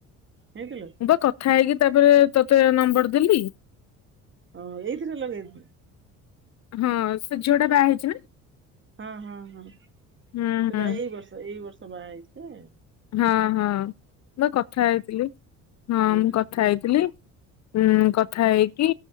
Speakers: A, on the right; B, on the left.
A: ହେଇଥିଲୁ
B: ବା କଥା ହେଇକି ତାପରେ ତତେ ନମ୍ବର ଦେଲି।
A: ଓଁ ଏଇଥିରେ ଲଗେଇବୁ।
B: ହଁ ସେ ଝିଅଟା ବାହା ହେଇଚି ନା?
A: ହଁ ହଁ ହଁ
B: ହୁଁ
A: ସେ
B: ହୁଁ
A: ବା ଏଇ ବର୍ଷ ଏଇ ବର୍ଷ ବାହା ହେଇଚି ଯେ
B: ହଁ ହଁ ମୁ ପା କଥା ହେଇଥିଲି ହଁ
A: ହୁଁ
B: ମୁଁ କଥା ହେଇଥିଲି। ହୁଁ କଥା ହେଇ କି